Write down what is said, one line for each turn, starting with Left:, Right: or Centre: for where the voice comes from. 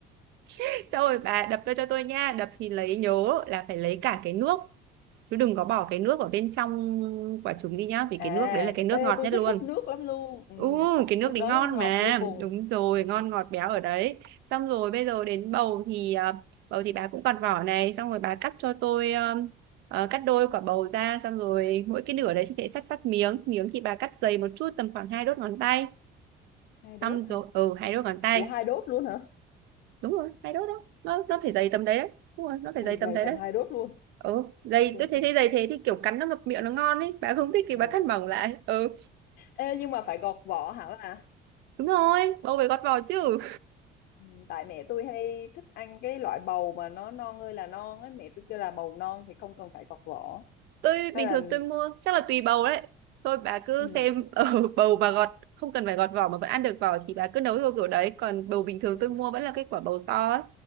Right: <laughs> Xong rồi bà đập ra cho tôi nha. Đập thì lấy nhớ là phải lấy cả cái nước chứ đừng có bỏ cái nước ở bên trong quả trứng đi nhá vì
Left: à
Right: cái nước đấy là cái nước
Left: ê,
Right: ngọt
Left: tôi
Right: nhất
Left: thích
Right: luôn
Left: hút nước lắm luôn ừ,
Right: ừ cái nước
Left: nước
Right: đấy
Left: đó
Right: ngon
Left: nó ngọt
Right: mà
Left: vô cùng
Right: đúng rồi
Left: ừ,
Right: ngon ngọt béo ở đấy xong rồi bây giờ đến bầu thì à, bầu thì bà cũng còn vỏ này xong rồi bà cắt cho tôi ờ, ờ, cắt đôi quả bầu ra xong rồi mỗi cái nửa đấy thì phải cắt cắt miếng miếng thì bà cắt dày một chút tầm khoảng hai đốt ngón tay
Left: hai đốt
Right: xong rồi
Left: hả
Right: ừ hai đốt ngón tay
Left: ủa hai đốt luôn hả
Right: đúng rồi hai đốt đó nó nó phải dày tầm đấy đấy đúng rồi nó phải
Left: ui
Right: dày tầm
Left: dày
Right: đấy
Left: tầm
Right: đấy
Left: hai đốt luôn
Right: ừ dày
Left: ok
Right: tôi
Left: ok
Right: thấy thế dày thế thì kiểu cắn nó ngập miệng nó ngon ấy bà không thích thì
Left: ừ.
Right: bà cắt mỏng lại ừ
Left: ê nhưng mà phải gọt vỏ hả bà
Right: đúng rồi bầu phải gọt vỏ chứ
Left: ừ, tại mẹ tôi hay thích ăn cái loại bầu mà nó non ơi là non ấy mẹ tôi kêu là bầu non thì không cần phải gọt vỏ
Right: tôi
Left: hay
Right: bình
Left: là
Right: thường tôi mua chắc là tùy bầu đấy thôi bà cứ
Left: Ừ.
Right: xem ở <laughs> bầu bà gọt không cần phải gọt vỏ mà vẫn ăn được vỏ thì bà cứ nấu theo kiểu đấy còn bầu bình thường
Left: Ừ.
Right: tôi mua vẫn là cái quả bầu to ấy,